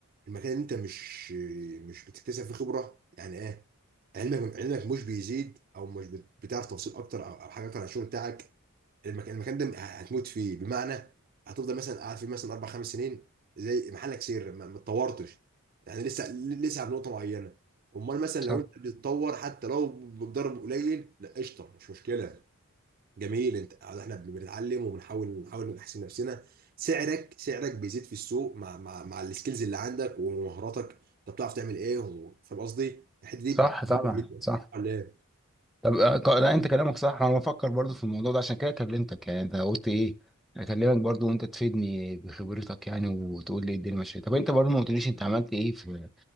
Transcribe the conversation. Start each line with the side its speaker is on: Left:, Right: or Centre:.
Right: المكان اللي انت مش مش بتكتسب فيه خبره يعني ايه علمك علمك مش بيزيد او مش بت- بتعرف توصيل اكتر او او حاجه اكتر عن الشغل بتاعك المكان المكان ده هتموت فيه بمعنى هتفضل مثلا قاعد فيه مثلا اربع خمس سنين زي محلك سر ما ما اتطورتش يعني لسه لسه على نقطه معينه امال مثلا
Centre: صح
Right: لو انت بتتطور حتى لو بضرب قليل لا قشطه مش مشكله جميل انت احنا بنتعلم وبنحاول نحاول نحسن نفسنا سعرك سعرك بيزيد في السوق مع مع مع السكيلز اللي عندك ومهاراتك انت بتعرف تعمل ايه و- فاهم قصدي الحته دي
Centre: صح طبعا
Right: مهمه جدا
Centre: صح
Right: على ايه
Centre: طب آه، ك- لا انت كلامك صح انا بفكر برضو في الموضوع ده عشان كده كلمتك يعني انت قلت ايه اكلمك برضو وانت تفيدني بخبرتك يعني وتقول لي إيه الدنيا ماشيه طب انت برضو ما قلتليش انت عملت ايه في